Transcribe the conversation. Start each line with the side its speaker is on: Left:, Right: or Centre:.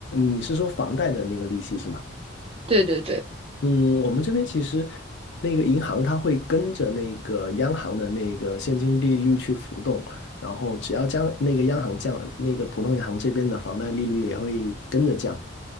Left: 你是说房贷的那个利息是吗？
Right: 对对对，
Left: 嗯，我们这边其实那个银行它会跟着那个央行的那个现金利率去浮动，然后只要将那个央行降了，那个普通银行这边的房贷利率也会跟着降。